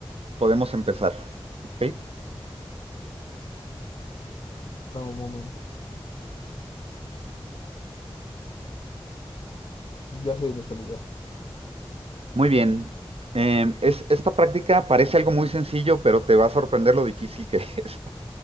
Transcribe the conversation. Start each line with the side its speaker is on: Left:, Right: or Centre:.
Right: podemos empezar. ¿Ok?
Left: Dame un momento. Ya soy en ese lugar.
Right: Muy bien. Em, es, esta práctica parece algo muy sencillo, pero te va a sorprender lo difícil que <laughs> es.